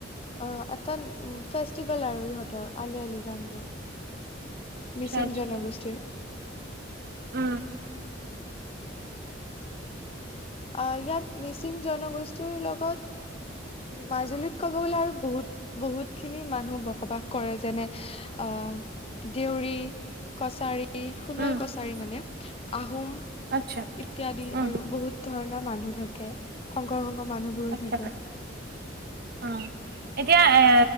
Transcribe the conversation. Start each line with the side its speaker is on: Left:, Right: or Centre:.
Left: অ এটা ফেষ্টিভেল আৰু ইহঁতৰ আলি আলি আই লৃগাং টো। মিচিং
Right: আচ্ছা
Left: জনগোষ্ঠীৰ।
Right: উম।
Left: অঁ ইয়াত মিচিং জনগোষ্ঠী, লগত মাজুলীত। ক'ব গ'লে আৰু বহুত। বহুতখিনি মানুহ বসবাস কৰে যেনে আহ দেউৰী, কছাৰী। এই সোণোৱাল
Right: উম
Left: কছাৰী মানে। আহোম।
Right: আচ্ছা
Left: ইত্যাদি
Right: উম
Left: আৰু বহুত। মানুহ থাকে শংকৰ। ম মানুহবোৰো
Right: আচ্ছা
Left: থাকে।
Right: অ। এতিয়া এ